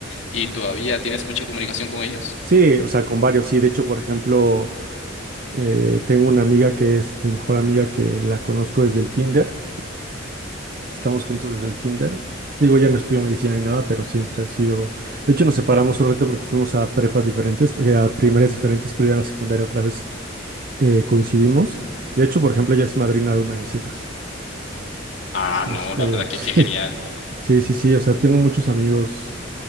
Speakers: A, on the left; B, on the right.
A: y todavía tienes mucha comunicación con ellos.
B: Sí, o sea, con varios, sí. De hecho, por ejemplo, eh, tengo una amiga que es mi mejor amiga que la conozco desde el kinder. Estamos juntos desde el kinder. Digo, ya no estudio medicina ni nada, pero siempre ha sido... De hecho, nos separamos un rato porque fuimos a prepas diferentes, eh, a primarias diferentes, pero ya en la secundaria otra vez eh, coincidimos. Y de hecho, por ejemplo, ella es madrina de una de mis hijas.
A: Ah,
B: Este,
A: no, la verdad
B: <laughs>
A: que
B: sí.
A: qué genial.
B: Sí, sí, sí, o sea, tengo muchos amigos